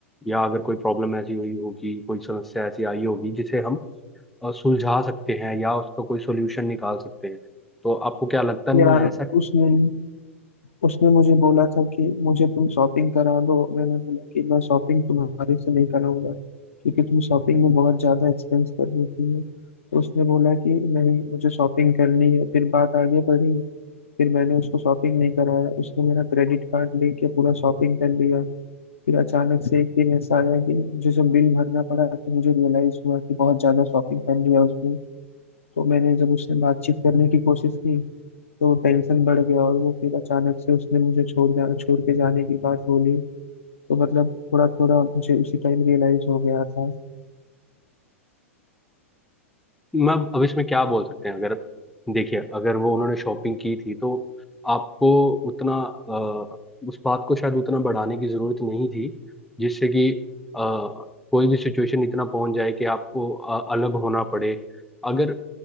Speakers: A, in the centre; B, on the left.
A: या अगर कोई प्रॉब्लम ऐसी हुई होगी कोई समस्या ऐसी आई होगी जिसे हम अ, सुलझा सकते हैं या उसका कोई सोल्यूशन निकाल सकते हैं तो आपको क्या लगता नहीं
B: यार
A: है ऐसा
B: उसने उसने मुझे बोला था कि मुझे तुम शॉपिंग करा दो मैंने बोला कि मैं शॉपिंग तुम्हारे से नहीं कराऊंगा क्योंकि तुम शॉपिंग में बहुत ज्यादा एक्सपेंस कर देती हो तो उसने बोला कि नहीं मुझे शॉपिंग करनी है फिर बात आगे बढ़ी फिर मैंने उसको शॉपिंग नहीं कराया उसने मेरा क्रेडिट कार्ड लेके पूरा शॉपिंग कर लिया फिर अचानक से एक दिन ऐसा आया कि मुझे जब बिल भरना पड़ा तो मुझे रियलाइज हुआ कि बहुत ज्यादा शॉपिंग कर लिया उसने तो मैंने जब उससे बातचीत करने की कोशिश की तो टेंशन बढ़ गया और वो फिर अचानक से उसने मुझे छोड़ जा छोड़ के जाने की बात बोली तो मतलब थोड़ा थोड़ा मुझे उसी टाइम रियलाइज हो गया था
A: मैं अब अब इसमें क्या बोल सकते हैं अगर देखिए अगर वो उन्होंने शॉपिंग की थी तो आपको उतना अ, उस बात को शायद उतना बढ़ाने की जरूरत नहीं थी जिससे कि अ, कोई भी सिचुएशन इतना पहुंच जाए कि आपको अ, अलग होना पड़े अगर